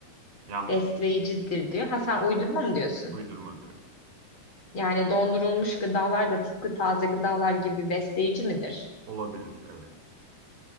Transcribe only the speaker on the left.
Besleyicidir diyor. Ha sen uydurma mı diyorsun?
Yani dondurulmuş gıdalar da tıpkı taze gıdalar gibi besleyici midir?